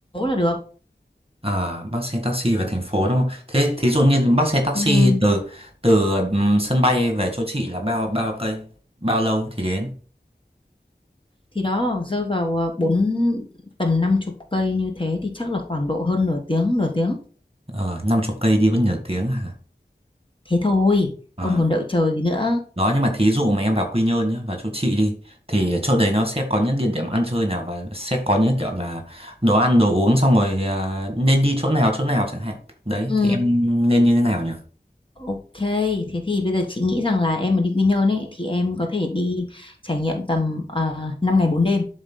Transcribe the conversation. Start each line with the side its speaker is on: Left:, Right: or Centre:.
Left: là được
Right: à, bắt xe taxi về thành phố đúng không? Thế thí dụ như bắt xe taxi
Left: ừ.
Right: từ từ ừm, sân bay về chỗ chị là bao bao cây? Bao lâu thì đến?
Left: thì đó rơi vào ờ, bốn tầm năm chục cây như thế thì chắc là khoảng độ hơn nửa tiếng nửa tiếng
Right: Ờ, năm chục cây đi có nhiều tiếng à?
Left: thế thôi
Right: Ờ,
Left: ông còn đợi chờ gì nữa
Right: đó nhưng mà thí dụ mà em vào Quy Nhơn nhá, vào chỗ chị đi thì chỗ đấy nó sẽ có những địa điểm ăn chơi nào và sẽ có những kiểu là đồ ăn đồ uống xong rồi ờ, nên đi chỗ nào chỗ nào chẳng hạn. Đấy
Left: ừ
Right: thì em nên như thế nào nhỉ?
Left: ok thế thì bây giờ chị nghĩ rằng là em mà đi quy nhơn ấy thì em có thể đi trải nghiệm tầm uh, 5 ngày bốn đêm